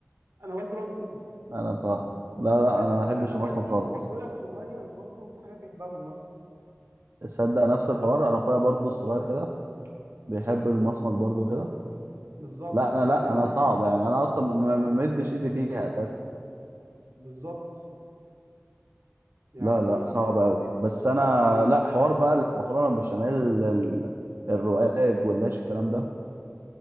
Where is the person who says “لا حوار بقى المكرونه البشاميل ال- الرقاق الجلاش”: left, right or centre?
Right